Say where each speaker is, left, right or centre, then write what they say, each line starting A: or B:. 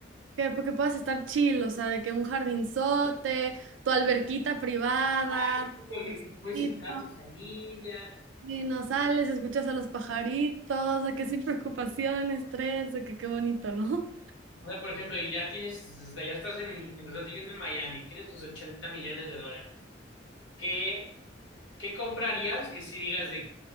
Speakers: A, on the right (about 85°); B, on the left (about 80°).
A: Que porque puedas estar chill, o sea, de que un jardinzote, tu alberquita privada,
B: Ah, <laughs>
A: tu osito,
B: puedes invitar a tu familia.
A: y no sales, escuchas a los pajaritos, de que sin preocupación, estrés, de que qué bonito, ¿no?
B: O sea, por ejemplo, y ya tienes, o sea, ya estás en, estás viviendo en Miami, tienes tus 80 millones de dólares. ¿Qué, qué comprarías que si digas de